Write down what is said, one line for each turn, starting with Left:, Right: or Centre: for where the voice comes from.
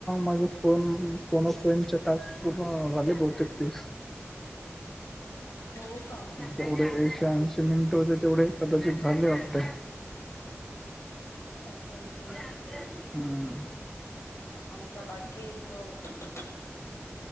Centre: माझे फोन -फोन अ फ्रेंड चे टास्क पूर्ण झाले बहुतेक तीस.
Left: हो का?
Centre: तेवढे एकशे ऐंशी मिनिटं होते तेवढे कदाचित झाले वाटते.
Left: अच्छा! अच्छा!
Centre: हम्म.
Left: आमचा बाकी आहे न वॉवचर.